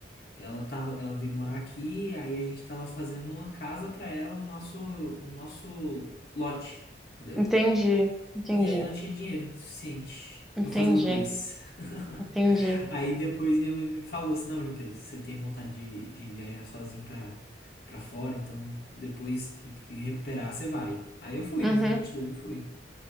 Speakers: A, on the left; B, in the centre.
A: ela tava, ela veio morar aqui, aí a gente tava fazendo uma casa pra ela no nosso, no nosso lote. entendeu?
B: Entendi, entendi,
A: E aí não tinha dinheiro suficiente
B: entendi,
A: pra fazer os dois. <laughs>
B: entendi.
A: Aí depois minha mãe me falou assim, não, João Pedro, você tem vontade de, de viajar sozinho pra, pra fora, então depois que, que recuperar, você vai. Aí eu fui,
B: Uhum,
A: em dois mil e vinte e dois eu fui.